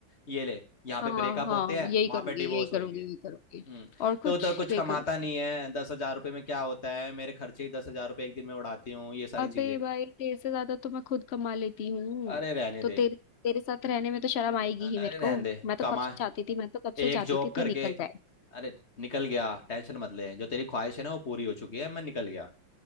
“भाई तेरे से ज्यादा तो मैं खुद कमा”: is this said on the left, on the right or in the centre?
Left